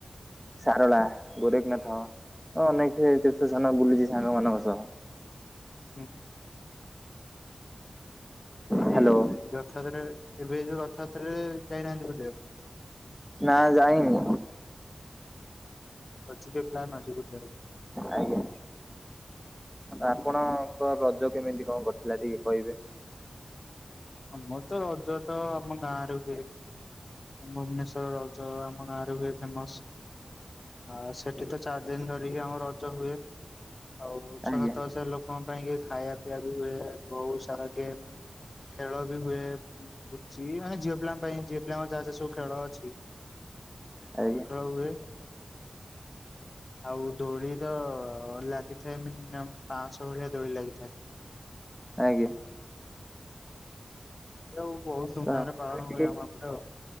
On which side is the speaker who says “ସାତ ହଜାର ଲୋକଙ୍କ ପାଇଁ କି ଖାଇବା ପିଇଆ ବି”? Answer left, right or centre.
Left